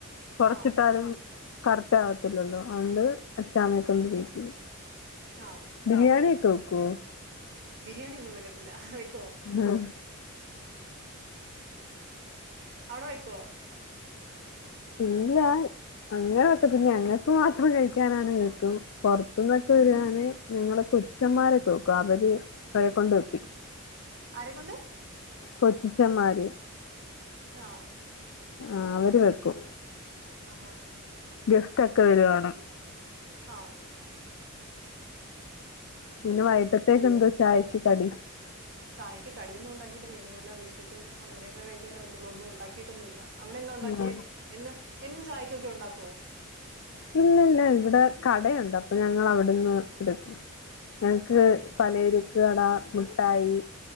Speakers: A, on the left (about 65°); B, on the right (about 55°).
A: കൊറച്ചിട്ടാലും
B: ആ
A: കറക്റ്റ് ആവത്തില്ലല്ലോ അകൊണ്ട് അച്ചാമ്മേ കൊണ്ട് ടിപ്പിക്കും
B: ത്താ
A: ബിരിയാണിക്കെ വേക്കൊ
B: ബിരിയാണി ഒന്നും വെക്കത്തില്ലാ വെക്കോ
A: ഉം
B: അവടെ വെക്കോ
A: ഇല്ല അങ്ങന വേക്കത്തില്ലാ ഞങ്ങക്ക് മാത്രം കഴിക്കാനാണേ വെക്കും പൊർത്ത്ന്നൊക്കെ വേരാണങ്കി ഞങ്ങളെ കൊച്ചന്മാരെക്കെ വെക്കും അവര് അവരെ കൊണ്ട് വെപ്പിക്കും
B: ആരെക്കൊണ്ട്
A: കൊച്ചച്ചമ്മാര്
B: ആ
A: ആ അവര് വെക്കും
B: അഹാ
A: ഗെസ്റ്റ് ഒക്കെ വരുവാണെ
B: ആ
A: പിന്നെ
B: ഓക്കെ
A: വൈട്ടേത്തേക്കെന്ത് ചായക്ക് കടി
B: ചായക്ക് കടിയോന്നും ഉണ്ടാക്കിട്ടില്ലാ ഇനി വല്ല ബിസ്ക്കറ്റും അങ്ങനെയൊക്കെ കഴിക്കാനേ പറ്റൊള്ളൂ ഒന്നും ഉണ്ടാക്കിട്ടൊന്നുല്ലാ അവടെ എന്താ ഉണ്ടാക്കിയേ
A: ഉം
B: എന്ന് എന്നും ചായക്കൊക്കെ ഉണ്ടാക്കോ
A: ഇല്ല ഇല്ല ഇവടെ കടയുണ്ട് അപ്പൊ ഞങ്ങള അവ്ട്ന്ന് എട്ക്കും ഞങ്ങക്ക്
B: ആണോ
A: പലരക്ക് കട മുഠായി